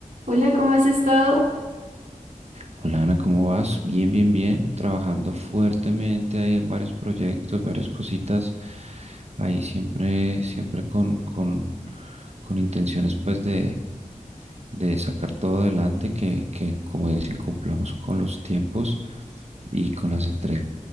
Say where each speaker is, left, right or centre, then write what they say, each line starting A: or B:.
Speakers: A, on the right; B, on the right.
A: Hola, ¿cómo has estado?
B: Hola Ana, ¿cómo vas? Bien, bien, bien. Trabajando fuertemente ahí en varios proyectos, varias cositas. Ahí siempre, siempre con, con, con intenciones pues de, de sacar todo adelante, que, que como dicen, cumplamos con los tiempos y con las entregas